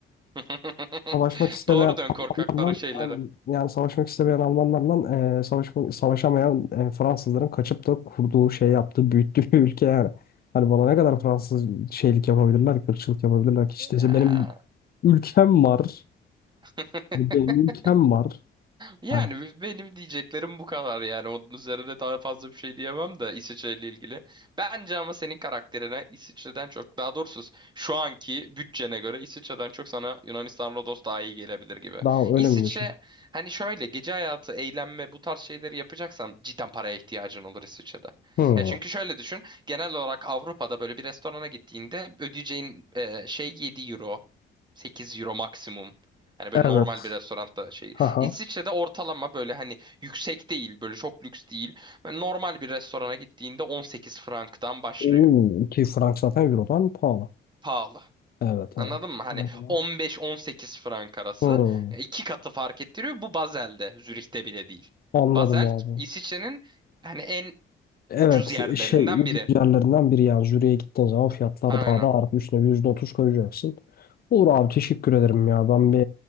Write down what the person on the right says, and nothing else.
<laughs>
Doğru dön korkakların
şeyleri.
Ya.
<laughs>
Yani
benim diyeceklerim bu kadar yani onun üzerine daha fazla bir şey diyemem de İsviçre ile ilgili. Bence ama senin karakterine İsviçre'den çok daha doğrusu şu anki bütçene göre İsviçre'den çok sana Yunanistan Rodos daha iyi gelebilir gibi.
İsviçre
hani şöyle gece hayatı, eğlenme bu tarz şeyleri yapacaksan cidden paraya ihtiyacın olur İsviçre'de.
Ya çünkü şöyle düşün genel olarak Avrupa'da böyle bir restorana gittiğinde ödeyeceğin e, şey yedi euro 8 euro maksimum. Hani böyle
normal bir restoranda şey
İsviçre'de ortalama böyle hani yüksek değil, böyle çok lüks değil. Böyle normal bir restorana gittiğinde 18 franktan başlıyor.
Pahalı.
Anladın
mı? Hani
15-18 frank arası.
Ya iki katı fark ettiriyor. Bu Basel'de, Zürih'te bile değil.
Basel,
İsviçre'nin hani en
ucuz yerlerinden
biri.
Aynen.